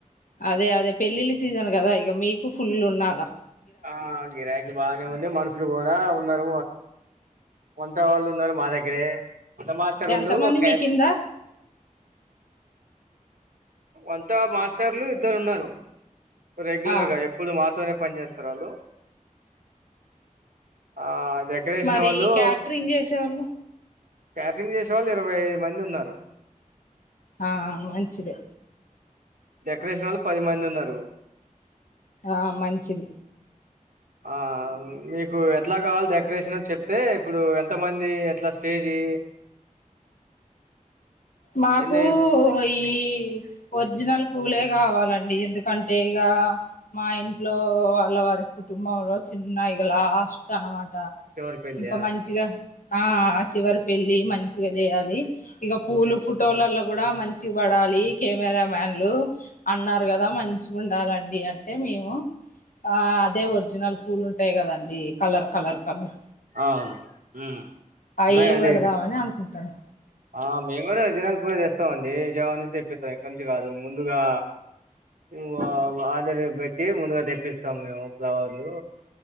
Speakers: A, on the left; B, on the right.
A: అదే అదే పెళ్ళిళ్ళ సీజన్ కదా ఇగా మీకు ఫుల్ ఉన్నాలా
B: ఆ గిరాకి బానే ఉంది మనసుర్ పోదా ఉన్నర్ ఉ తో వాళ్ళు ఉన్నారు మా దగ్గరే ఉన్న మాస్టర్ ఉండు
A: ఎంత మంది
B: క్యాష్
A: మీ కిందా
B: అంతా మాస్టర్లు ఇద్దరు ఉన్నారు రెగ్యులర్గా
A: ఆ
B: ఎప్పుడు మాత్రం పని చేస్తరు వాళ్ళు ఆ డెకరేషన్
A: మరి
B: వాళ్ళు
A: క్యాటరింగ్ చేసేవాళ్ళు
B: క్యాటరింగ్ జేసే వాళ్ళు ఇరవై ఐ మంది ఉన్నారు
A: ఆ మంచిదే
B: డెక్రేషన్ ఒళ్ళు పది మంది ఉన్నారు
A: ఆ మంచిది
B: ఆ మీకూ ఎట్లా కావాలి డెక్రేషను చెప్తే ఇప్పుడు ఎంత మంది ఎట్లా స్టేజీ
A: మాకు
B: ఎన్ని
A: ఈ ఒరిజినల్ పూలే కావాలి అండి ఎందుకంటే ఇగ మా ఇంట్లో వాళ్ళ వారి కుటుంబంలో చిన్న ఇలా ఆస్ట్ అనమాట
B: చివరి పెళ్ళి
A: ఇంకా మంచిగా ఆ చివరి ఆ చివరి పెళ్లి మంచిగా చేయాలి ఇగా పూలు ఫోటోలలో గూడా మంచిగ్ వడాలి కెమెరా మ్యాన్లు అన్నారు కదా మంచి ఉండాలండి అంటే మేము ఆ అదే ఒరిజినల్ పూలు ఉంటాయి కదండి కలర్ కలర్ కలర్
B: ఆన్ ఉమ్
A: అయే
B: ఉన్నాయండి
A: పెడదామని అనుకుంటాను
B: ఆ మేము కూడా జనాల పూజ చేస్తాంమండి విజయవాడ నుంచి తెప్పిస్తాం ఎక్కడి నుంచి కాదు ముందుగా మ్ ఆడర్ పెట్టి ముందుగా తెప్పిస్తాం మేము ఫ్లవర్లు